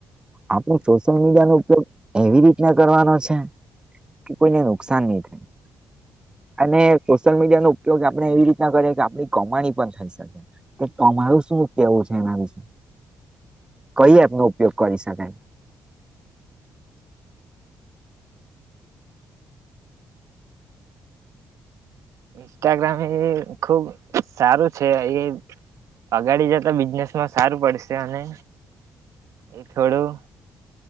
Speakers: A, on the right; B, on the right.
A: આપણે સોશિયલ મીડિયા નો ઉપયોગ એવી રીતના કરવાનો છે કે કોઈને નુકસાન નહી થાય અને સોશિયલ મીડિયા નો ઉપયોગ આપણે એવી રીતના કરીએ કે આપણી કમાણી પણ થઈ શકે, કમાણું શું કેવું છે એના વિશે કઈ એનો ઉપયોગ કરી શકાય?
B: ઇન્સ્ટાગ્રામ એ ખુબ સારું છે એ. અગાડી જતા બિઝનેસ. સારું પડશે અને એ થોડું.